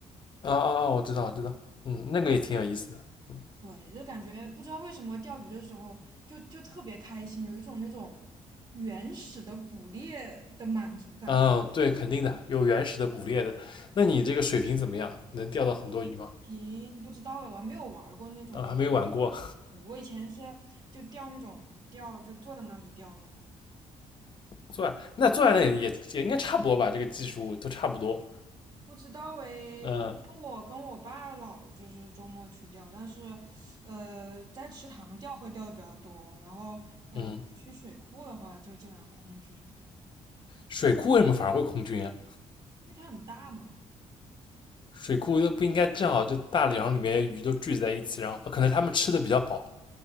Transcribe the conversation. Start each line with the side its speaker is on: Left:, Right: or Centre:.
Left: 啊啊啊，我知道我知道，嗯，那个也挺有意思的。嗯。
Right: 对，就感觉不知道为什么钓鱼的时候就就特别开心，有一种那种原始的捕猎的满足感吧。
Left: 啊，对，肯定的，有原始的捕猎的。那你这个水平怎么样？能钓到很多鱼吗？
Right: 平不知道哎，我还没有玩儿过那种龙猫
Left: 啊，还没玩过。
Right: 对我以前是就钓那种钓，就坐在那里钓那种。
Left: <laughs> 坐那坐在那里也也应该差不多吧，这个技术都差不多。
Right: 不知道哎，
Left: 嗯
Right: 以前我跟我爸老就是周末去钓，但是，呃，在池塘钓会钓的比较多，然后，嗯、
Left: 嗯，
Right: 去水库的话就基本上空军，
Left: 水库为什么反而会空军啊？
Right: 因为它很大嘛。
Left: 水库又不应该正好就大梁里面鱼都聚集在一起，然后呃可能他们吃的比较饱。